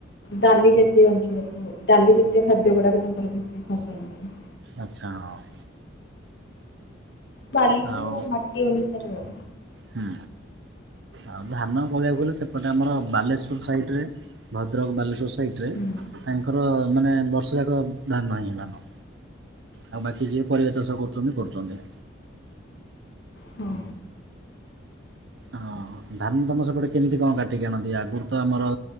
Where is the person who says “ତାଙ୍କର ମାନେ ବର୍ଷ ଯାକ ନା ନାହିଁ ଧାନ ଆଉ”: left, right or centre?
Right